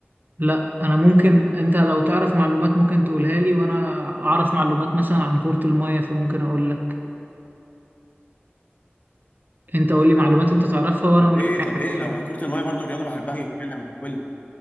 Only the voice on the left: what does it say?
طب
ايه
طب ايه لو
كره الميه برضو رياضه بحبها يتكلم قول لي